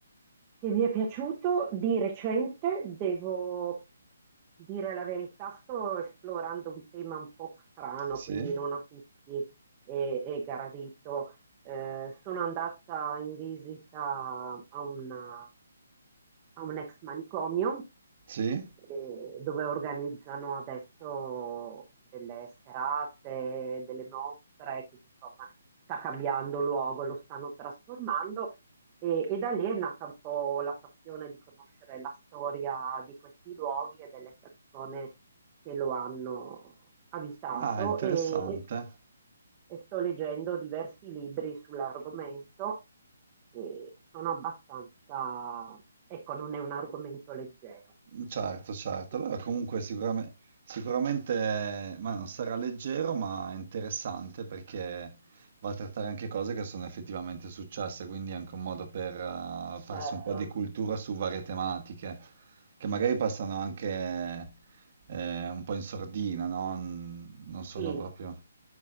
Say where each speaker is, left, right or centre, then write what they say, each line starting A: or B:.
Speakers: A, on the right; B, on the right.
A: che mi è piaciuto di recente, devo dire la verità, sto esplorando un tema un po' strano,
B: Sì?
A: quindi non a tutti è, è gradito. Eh, sono andata in visita a una- a un ex manicomio
B: Sì?
A: eh, dove organizzano adesso delle serate, delle mostre, quindi insomma sta cambiando luogo, lo stanno trasformando e, e da lì è nata un po' la passione di conoscere la storia di questi luoghi e delle persone che lo hanno abitato
B: Ah, interessante.
A: e, e- e sto leggendo diversi libri sull'argomento e sono abbastanza, ecco, non è un argomento leggero.
B: Certo, certo,
A: perché
B: però
A: comunque-
B: comunque sicurame- sicuramente, ma non sarà leggero, ma è interessante perché va a trattare anche cose che sono effettivamente successe, quindi è anche un modo per eh, farsi
A: Certo.
B: un po' di cultura su varie tematiche, che magari passano anche eh, un po' in sordina, no? N- Non sono
A: Sì,
B: proprio...